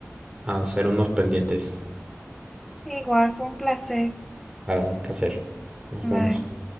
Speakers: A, on the right; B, in the centre.
A: a hacer unos pendientes.
B: igual fue un placer.
A: Para un placer. Nos
B: Bye.
A: vemos.